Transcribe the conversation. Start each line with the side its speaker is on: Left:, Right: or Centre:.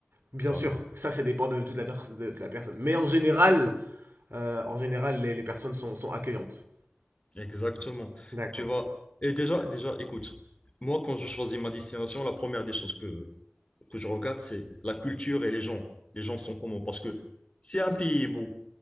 Right: Bien
Left: Ça,
Right: sûr,
Left: c'est.
Right: ça ça dépend de toute la, per- de toute la personne. Mais en général, euh, en général, les, les personnes sont, sont accueillantes.
Left: Exactement.
Right: D'accord.
Left: Tu vas. Et déjà, déjà, écoute, moi, quand je choisis ma destination, la première des choses que, que je regarde, c'est la culture et les gens. Les gens sont comment? Parce que si un pays est beau